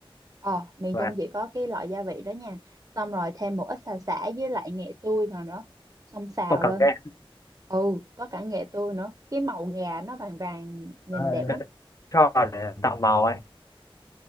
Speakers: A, on the right; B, on the left.
A: ờ miền
B: và
A: Trung chỉ có cái loại gia vị đó nha xong rồi thêm một ít xà xả với lại nghệ tươi vào nữa xong xào
B: có cảm
A: lên
B: giác
A: ừ có cả nghệ tươi nữa cái màu gà nó vàng vàng nhìn
B: Ờ,
A: đẹp lắm
B: cho vào để tạo màu ấy